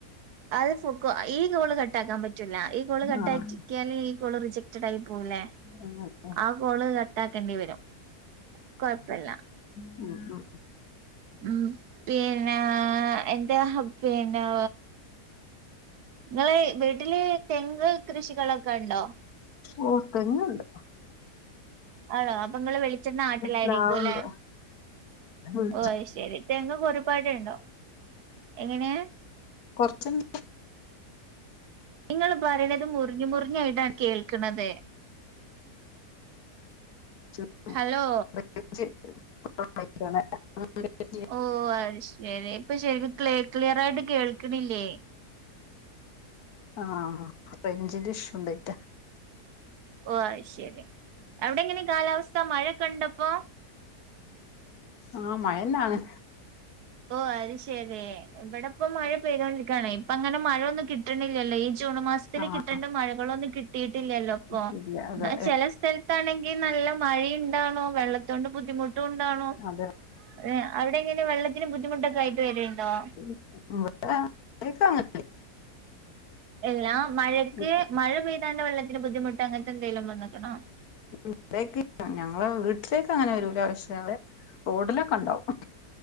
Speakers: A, on the right; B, on the left.
A: അത് ഫുക്കോ ഈ ഗോള് കട്ടാക്കാൻ പറ്റുല്ല ഈ ഗോള് കട്ടക്ക്യാല്
B: ആഹ്
A: ഈ ഗോള് റിജക്ട്- ച്ചടായിപൂനെ
B: അങ്ങനല്ലേ
A: ആ കോള് കട്ടാക്കണ്ടി വരും കൊഴപ്പല്ല.
B: മ് മ്
A: മ് പിനേ എന്തെ ഹബ് പിനൊ? ഇങ്ങളെയ് വീട്ടില് തെങ്ക് കൃഷികളൊക്ക്ണ്ടോ?
B: ഓ തെങ്ങ്ണ്ട്
A: ആണോ അപ്പഇങ്ങള് വെളിച്ചെണ്ണ ആട്ടലായിരിക്കും
B: പ്ലാവുണ്ട്
A: ലെ?
B: വീട്
A: ഓ ഐശെരി തെങ്ങക്കൊരുപാട്ണ്ടോ എങ്ങനെയാ?
B: കൊർച്ചണ്
A: ഇങ്ങള് പറയണത് മുറിഞ്ഞ് മുറിഞ്ഞായിട്ടാണ് കേൾക്കണത്.
B: <inaudible>
A: ഹലോ
B: <unintelligible>
A: ഓ അത് ശരി ഇപ്പൊ ശരിക്കും ക്ലിയർ ആയിട്ട് കേൾക്കണില്ലേ?
B: ആഹ റൈഞ്ചിന്റെ ഇഷ്യൂ ണ്ടായിട്ട.
A: ഓഹ ശരി എവിടെ എങ്ങനെ കാലാവസ്ഥ മഴ കണ്ടപ്പോ?
B: ആഹ് മഴന്നാണ്.
A: ഓ അത് ശരി ഇവിടെപ്പ മഴ പെയ്തുകൊണ്ടിരിക്കാണ് ഇപ്പ അങ്ങനെ മഴയൊന്നും കിട്ടണില്ലല്ലോ ഈ- ജൂണ് മാസത്തില്ൽ
B: ആഹ്
A: കിട്ടേണ്ട മഴകളൊന്നും കിട്ടിയിട്ടില്ലല്ലോ അപ്പൊ
B: കിട്ടിയില്ല അതെ
A: എന്നാൽ ചില- സ്ഥലത്താണെങ്കിൽ നല്ല മഴയ ഉണ്ടാണോ വെള്ളത്തോണ്ട് ബുദ്ധിമുട്ട് ഉണ്ടാണോ.
B: അതെ
A: ഏ അവിടെ എങ്കിലും വെള്ളത്തിന് ബുദ്ധിമുട്ടൊക്കെ ആയിട്ട് വരുണ്ടോ?
B: <unintelligible>
A: എല്ലാ മഴക്ക്
B: ഇവിടേക്ക്
A: മഴ പെയ്താണ്ട് വെള്ളത്തിന് ബുദ്ധിമുട്ട് അങ്ങനത്തെ എന്തെങ്കലും വന്നക്കണോ?
B: ഇവിടേക്ക് ഞങ്ങള് വീട്ടിലേക്ക് അങ്ങനെ വരൂല പക്ഷ റോഡിലൊക്കെ ണ്ടാവും.